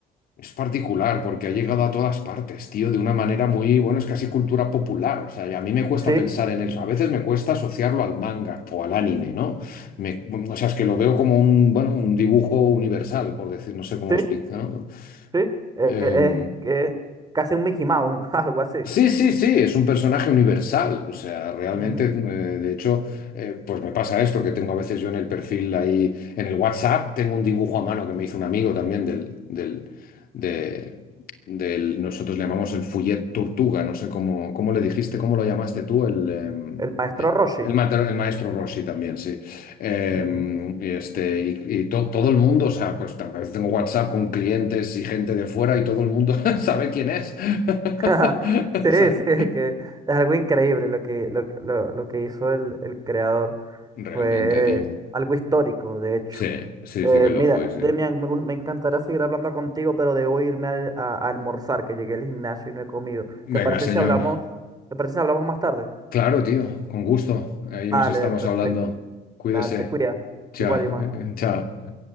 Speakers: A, on the left; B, on the right.
A: es particular porque ha llegado a todas partes, tío, de una manera muy, bueno, es casi cultura popular. O sea, y a mí me cuesta
B: Sí,
A: pensar en eso. A veces me cuesta asociarlo al manga o al anime, ¿no? Me- o sea, es que lo veo como un, bueno, un dibujo universal, por decir, no sé cómo
B: sí,
A: explicar, ¿no?
B: sí. Eh,
A: Eh,
B: eh, es que casi un Mickey Mouse, <laughs> algo así.
A: sí, sí, sí, es un personaje universal. O sea, realmente,
B: Ujú.
A: eh, de hecho, eh, pues me pasa esto, que tengo a veces yo en el perfil ahí, en el WhatsApp, tengo un dibujo a mano que me hizo un amigo también del, del, de, del, nosotros le llamamos el Fouillet Tortuga, no sé cómo, cómo le dijiste, cómo lo llamaste tú, el, em,
B: El maestro
A: eh,
B: Roshi.
A: el, mater- el maestro Rossi también, sí. Em,
B: Ujú.
A: y este, y, y to- todo el mundo, o sea, pues a veces tengo WhatsApp con clientes y gente de fuera y todo el mundo <laughs> sabe quién es. <laughs>
B: <laughs> Sí,
A: ¿Sabes?
B: sí, que es algo increíble lo que, lo, lo- lo que hizo el, el creador. Fue
A: Realmente, tío.
B: algo histórico, de hecho.
A: Sí, sí,
B: Eh,
A: sí que
B: mira,
A: lo fue, sí.
B: Demian, me, gu- me encantaría seguir hablando contigo, pero debo irme al- a, a almorzar, que llegué al gimnasio y no he comido. ¿Te
A: Venga,
B: parece
A: señor.
B: si hablamos? ¿Te parece si hablamos más tarde?
A: Claro, tío, con gusto. Ahí
B: Vale,
A: nos estamos
B: perfecto.
A: hablando. Cuídese.
B: Dale, te cuidas.
A: Chao,
B: Igual, más.
A: <laughs> chao.